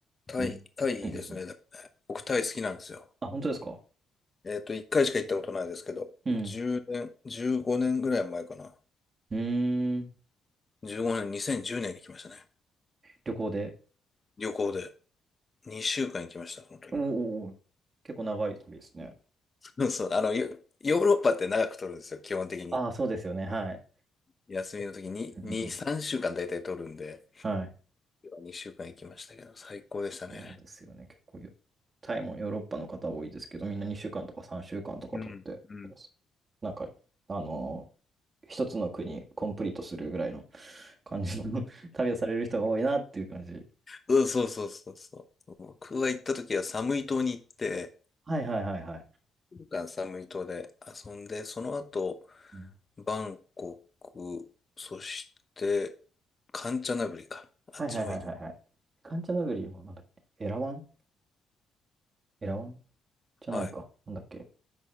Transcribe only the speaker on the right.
うん。
うんうんうん
あ、本当ですか
うん。
うーん。
旅行で。
おーおーおー結構長い旅ですね。
ああ、そうですよね。はい。
うんうんうん
はい。
そうですよね。結構よ、タイもヨーロッパの方多いですけど、みんな2週間とか3週間とか取ってます、
なんか、あのー一つの国コンプリートするぐらいの感じの <laughs> 旅をされる人が多いなっていう感じ。
はいはいはいはい。
うん
はいはいはいはいはい。
カンチャナブリもなんだっけ、エラワンエラワンじゃないか。
なんだっけ。